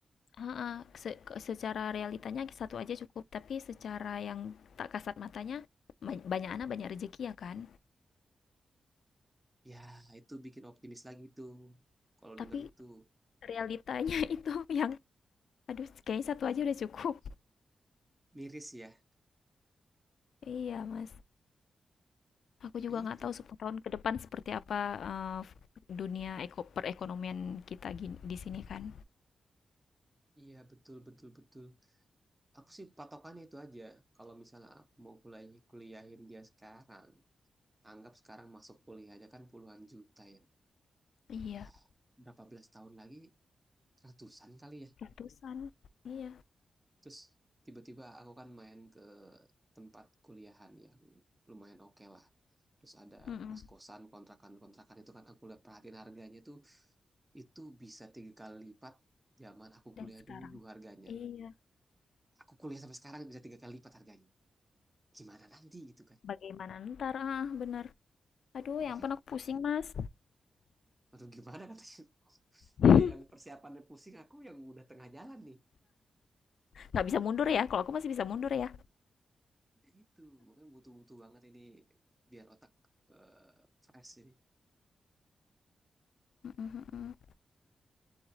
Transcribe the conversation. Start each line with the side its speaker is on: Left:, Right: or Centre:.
Left: Heeh, se- ke- secara realitanya satu aja cukup, tapi secara yang tak kasat matanya ba- banyak anak banyak rezeki ya kan.
Right: Ya, itu bikin optimis lagi tuh. Kalau
Left: Tapi
Right: dengar itu
Left: realitanya <laughs> itu yang aduh kayaknya satu aja udah cukup.
Right: miris ya.
Left: Iya, Mas. Aku juga
Right: Ya itu.
Left: nggak tahu 10 tahun ke depan seperti apa eh, dunia eko perekonomian kita gin- di sini kan.
Right: Iya, betul betul betul. Aku sih patokannya itu aja. Kalau misalnya aku mau kuliah kuliahin dia sekarang, anggap sekarang masuk kuliah aja kan puluhan juta ya.
Left: Iya,
Right: ya berapa belas tahun lagi ratusan kali ya
Left: ratusan. Iya.
Right: terus tiba-tiba aku kan main ke tempat kuliahan yang lumayan oke lah terus ada
Left: Mm-mm.
Right: kos-kosan kontrakan-kontrakan itu kan aku lihat perhatiin harganya tuh itu bisa tiga kali lipat zaman aku
Left: Dari
Right: kuliah
Left: sekarang.
Right: dulu harganya
Left: Iya.
Right: aku kuliah sampai sekarang bisa tiga kali lipat harganya gimana nanti gitu kan
Left: Bagaimana ntar? Ah, benar. Aduh, yang
Right: ya kan
Left: pun aku pusing, Mas.
Right: aduh gimana katanya <laughs>
Left: <laughs>
Right: dia yang persiapannya pusing aku yang udah tengah jalan nih
Left: nggak bisa mundur ya kalau aku masih bisa mundur ya
Right: Ya itu mungkin butuh-butuh banget ini biar otak eh, fresh ini.
Left: Mm-mm-mm.